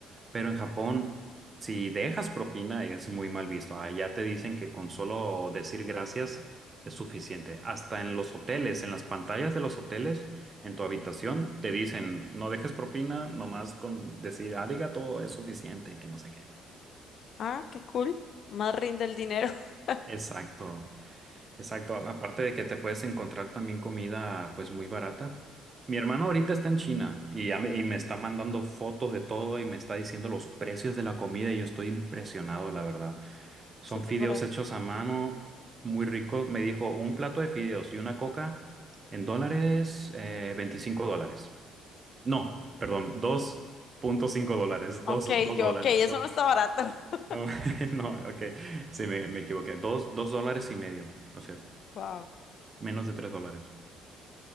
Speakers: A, on the right; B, on the left.
A: pero en Japón, si dejas propina, es muy mal visto. Allá te dicen que con solo decir gracias es suficiente. Hasta en los hoteles, en las pantallas de los hoteles, en tu habitación, te dicen, no dejes propina, nomás con decir arigato es suficiente, y que no sé qué.
B: Ah, qué cool. Más rinde el dinero. <laughs>
A: Exacto, exacto. A- Aparte de que te puedes encontrar también comida pues muy barata. Mi hermano ahorita está en China y, ya me, y me está mandando fotos de todo y me está diciendo los precios de la comida y yo estoy impresionado, la verdad. Son
B: Súper
A: fideos
B: barato.
A: hechos a mano, muy ricos. Me dijo un plato de fideos y una coca en dólares, eh, 25 dólares. No, perdón, dos punto cinco dólares,
B: Ok,
A: dos dos
B: yo,
A: dólares.
B: ok, eso
A: do-
B: no está barato. <laughs>
A: no, <laughs> no, ok, sí, me, me equivoqué. dos dos dólares y medio, o sea,
B: Wow.
A: menos de 3 dólares.